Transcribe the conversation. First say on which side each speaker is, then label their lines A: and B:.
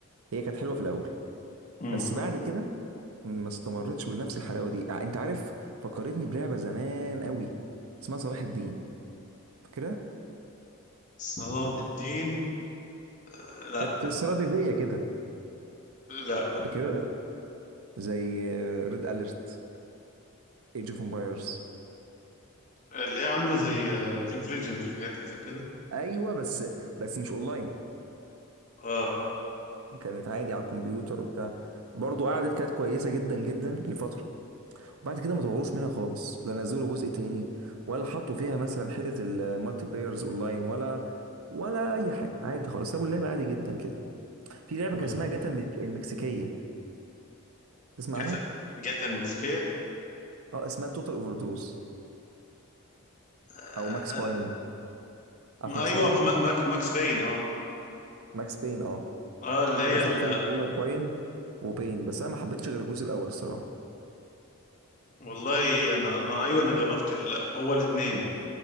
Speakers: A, on the right (about 80°); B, on the left (about 35°).
A: هي كانت حلوه في الاول
B: امم
A: بس بعد كده ما استمرتش بنفس الحلاوه دي ع- انت عارف فكرتني بلعبه زمان قوي اسمها صلاح الدين فاكرها
B: صلاح الدين آه، لا
A: كانت استراتيجيه كده
B: لا
A: فاكرها زي ريد اليرت ايج اوف امبايرز
B: اللي هي عامله زي ليج اوف ليجندز والحاجات اللي زي كده
A: ايوه بس بس مش اونلاين
B: اه
A: كانت عادي على الكمبيوتر وبتاع برضو قعدت كانت كويسه جدا جدا لفتره وبعد كده ما طوروش منها خالص لا نزلوا جزء تاني ولا حطوا فيها مثلا حته المالتي بلايرز اونلاين ولا ولا اي حاجه عادي خالص سابوا اللعبه عادي جدا كده في لعبه
B: لا
A: كان اسمها جاتا المك- المكسيكيه تسمع
B: جاتا
A: عنها
B: جاتا المكسيكيه
A: اه اسمها توتال اوفر دوز
B: آه،
A: او ماكس باين
B: ال-
A: عارف ماكس
B: ايوه
A: باين
B: م- ماك- ماكس باين اه
A: ماكس باين اه
B: اه اللي هي
A: بس
B: ال...
A: ساعات الناس بتقول لك باين وباين بس انا ما حبيتش غير الجزء الاول الصراحه
B: والله انا انا ايوه انا جربت الاول اتنين